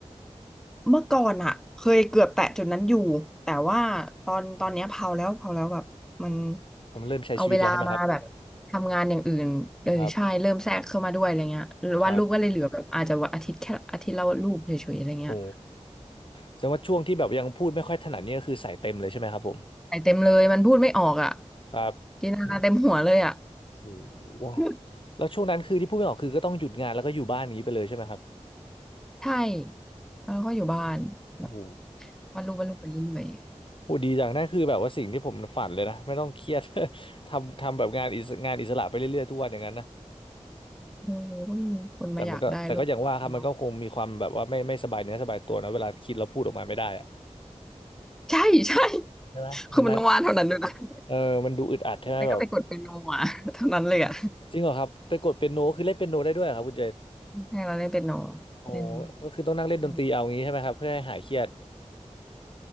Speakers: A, in the centre; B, on the left.
A: เมื่อก่อนอะเคยเกือบแตะจุดนั้นอยู่แต่ว่าตอนตอนเนี้ยเผาแล้วเผาแล้วแบบมัน
B: ผมเริ่มใช้ชีวิตแล้วใช่ไหมครับ
A: เอาเวลามาแบบทำงานอย่างอื่นเออใช่เริ่มแทรกเข้ามาด้วยอะไรเงี้ยหรือว่าลูกก็เลยเหลือแบบอาจจะวันอาทิตย์แค่อาทิตย์ละรูปเฉยๆอะไรเงี้ย
B: ครับครับโอ้แสดงว่าช่วงที่แบบยังพูดไม่ค่อยถนัดเนี่ยก็คือใส่เต็มเลยใช่ไหมครับผม
A: ใส่เต็มเลยมันพูดไม่ออกอ่ะ
B: ครับ
A: จินตนาการเต็มหัวเลยอ่ะ
B: อืมโอ้โห
A: <laughs>
B: แล้วช่วงนั้นคือที่พูดไม่ออกคือก็ต้องหยุดงานแล้วก็อยู่บ้านอย่างนี้ไปเลยใช่ไหมครับ
A: ใช่แล้วก็อยู่บ้านแบบ
B: โอ้โห
A: วาดรูปวาดรูปไปเรื่อย
B: โหดีจังนั่นคือแบบว่าสิ่งที่ผมฝันเลยนะไม่ต้องเครียด <laughs> ทำทำแบบงานอิสงานอิสระไปเรื่อยๆทุกวันอย่างนั้นนะ
A: ๆโอ้ก็มีคนมาอยากได้รูปเนาะ
B: แต่มันก็แต่ก็อย่างว่าครับมันก็คงมีความแบบว่าไม่ไม่สบายเนื้อสบายตัวนะเวลาคิดแล้วพูดออกมาไม่ได้อะ
A: ใช่ใช่ <laughs>
B: ใช่ไหมมันนั่น
A: คือมันต้องวาดเท่านั้นด้วยนะ <laughs>
B: เออมันดูอึดอัดใช่ไหมแบบ
A: แล้วก็ไปกดเป็นโนอ่ะ <laughs> เท่านั้นเลยอ่ะ
B: จริงเหรอครับไปกดเปียโนคือเล่นเปียโนได้ด้วยเหรอครับคุณเจน
A: ใช่เราเล่นเปียโน
B: โอ้
A: เล่น
B: ก็คือต้องนั่งเล่นดนตรีเอางี้ใช่ไหมครับเพื่อให้หายเครียด
A: เปียโน